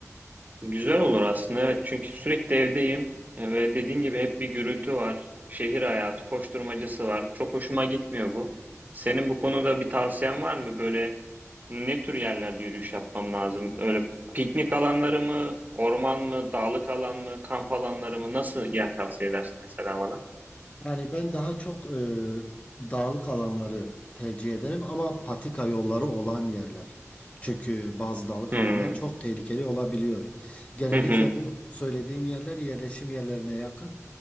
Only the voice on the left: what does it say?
Yani ben daha çok e, dağlık alanları tercih ederim ama patika yolları olan yerler. Çünkü bazı dağlık
alanlar çok tehlikeli olabiliyor. Genellikle
bu söylediğim yerler yerleşim yerlerine yakın